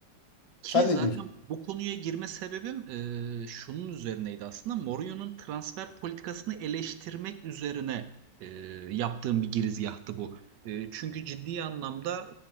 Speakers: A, on the right; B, on the left.
A: Ki
B: Sen
A: zaten
B: ne diyorsun?
A: bu konuya girme sebebim e, şunun üzerineydi aslında. Mourinho'nun transfer politikasını eleştirmek üzerine e, yaptığım bir girizgahtı bu. E, çünkü ciddi anlamda